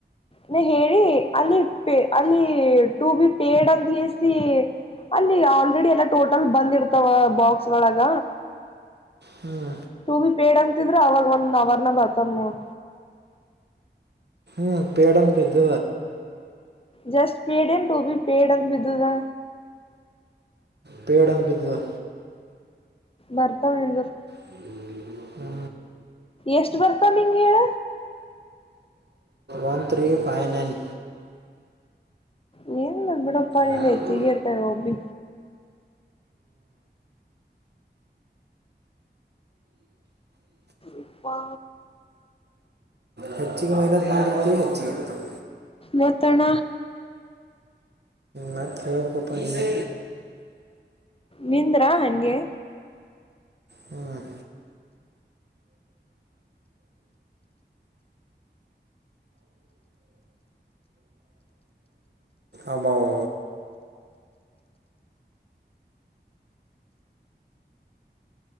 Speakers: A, on the left; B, on the right.
A: ನೀವ ಹೇಳಿ ಅಲ್ಲಿ ಪೆ ಅಲ್ಲಿ ಟು ಬಿ ಪೇಡ್ ಅಂತಸಿ ಅಲ್ಲಿ ಆಲ್ರೆಡಿ ಎಲ್ಲ ಟೋಟಲ್ ಬಂದ್ರ್ತಾವ ಬಾಕ್ಸ್ ಒಳಗ
B: ಹ್ಞೂ
A: ಟು ಬಿ ಪೇಡ್ ಅಂತಿದ್ರ ಅವಾಗ ಒಂದ್ ಅವರ್ನಗ ಬರ್ತವನೋಡ
B: ಹ್ಞ ಪೇಡಂತ ಬಿದದ
A: ಜಸ್ ಪೇಡೇನ ಟು ಬಿ ಪೇಡಾ ಅಂತ ಬಿದುದಾ
B: ಪೇಡಂತ ಬಿದ್ದದ
A: ಭರ್ತಾವ ನಿಂದರ
B: ಹ್ಞೂ
A: ಎಷ್ಟ ಬರ್ತವಾ ನಿನಗ ಹೇಳ
B: ಒನ್ ತ್ರೀ ಫೈವ್ ನೈನ್
A: ನಿಂದ ಬಿಡಪಾ ನಿಂದು
B: ಹ್ಞೂ
A: ಹೇಚ್ಚಿಗೆ ಇರ್ತಾವ ಎವಾಗ ಬಿ ಇಪ್ಪಾ
B: ಹೆಚ್ಚಿಗೆ ಮೈನತ ಮಾಡರತಿವಿ ಹೆಚ್ಚಗಿರತವ
A: ಮತ್ತಣ
B: ಮತ್ತ ಹೇಳಬೇಕಪಾ ನೀವೆ
A: ನಿಂದ್ರಾ ಹಂಗೆ
B: ಹ್ಮ್ ಅಬ್ಬಾಬ್ಬವ